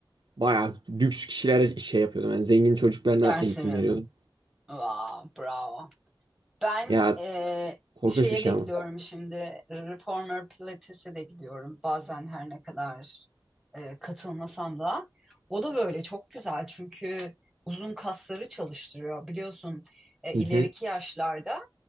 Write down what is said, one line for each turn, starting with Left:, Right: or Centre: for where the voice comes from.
Right: bayağı lüks kişilere şey yapıyordum. Yani zengin çocuklarına
Centre: Ders
Right: eğitim
Centre: aradım.
Right: veriyordum.
Centre: Wow, bravo. Ben
Right: Ya
Centre: eee,
Right: korkunç
Centre: şeye
Right: bir şey
Centre: de gidiyorum
Right: ama.
Centre: şimdi. Reformer Pilates'e de gidiyorum. Bazen her ne kadar eee, katılmasam da. O da böyle çok güzel çünkü uzun kasları çalıştırıyor. Biliyorsun e,
Right: Hı
Centre: ileriki
Right: hı.
Centre: yaşlarda